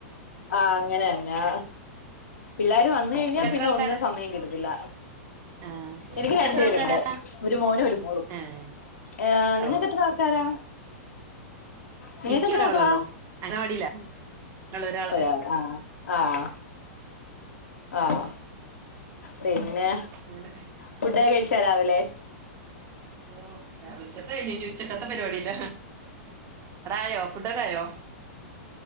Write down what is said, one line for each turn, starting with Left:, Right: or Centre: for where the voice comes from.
Left: ആഹ് അങ്ങനെന്നെ പിള്ളേരും വന്ന് ന്ന കഴിഞ്ഞാൽ
Right: എത്ര
Left: പിന്നെ
Right: ആൾക്കാരാ
Left: ഒന്നിനന് സമയം കിടുത്തില്ല
Right: ആഹ്
Left: എനിക്ക്
Right: നിനക്ക്
Left: രണ്ടു
Right: എത്ര
Left: പേരുണ്ട്
Right: ആൾക്കാരാ
Left: ഒരു മോനും ഒരു മോളും
Right: ഏഹ്
Left: ഏ നിങ്ങൾക്ക്
Right: ഓ
Left: എത്ര ആൾക്കാരാ നിങ്ങൾക്ക്
Right: എനിക്ക്
Left: എത്ര
Right: ഒരാളൊള്ളൂ
Left: മക്കള
Right: അംഗനവാടിയില ഒരാള്
Left: ഒ ആ ആഹ് ആഹ് പിന്നെ
Right: അങ്ങനെ
Left: ഫുഡ് കഴിച്ചാ രാവിലെ
Right: ഓ രാവിലത്തെത്തെ കഴിഞ്ഞ് ചോിച്ചക്കത്തെ പരിപാടില്ല ടായോ ഫുഡൊക്കായോ